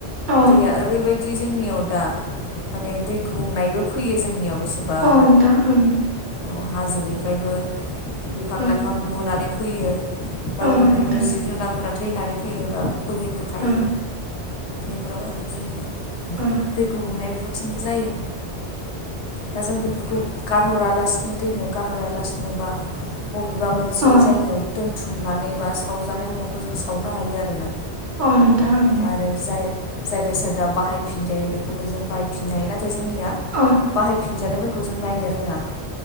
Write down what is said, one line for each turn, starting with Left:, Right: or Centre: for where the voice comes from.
Right: अ
Left: दैया ओरैबाय दि जोंनियाव दा माने दै गुबुंनायबो फैयो जोंनियाव बेसेबानो
Right: औ नोंथां उम।
Left: औ हाजोनिफ्रायबो बिफां
Right: ओं
Left: लाइफां गुनानै फैयो। बा
Right: अ
Left: बिनिफ्रायबो
Right: नोंथां
Left: जिब जुनारफोरा थैनानै फैयोबा बोहैबोफायो।
Right: ओं
Left: बेफोराव आरो जोंनिया
Right: ओं
Left: दै गुबुंनाय बेफोरजोंबो जायो। दा जों बेफोरखौ गारहरालासिनो दैमायाव गारहरालासिनो बा बबेबा मोनसे
Right: अ
Left: जायगायाव दोनथुमनानै बा सावजानाय मुवाखौ जों सावनो हायो आरोना।
Right: औ नोंथां उम।
Left: आरो जाय जाय बेसादा बाहायफिनजायो बेखौबो जों बाहायफिननो हायो नाथाय जोंनिया
Right: अ
Left: बाहायफिनजानाय फोर खौ जों नायनो रोङा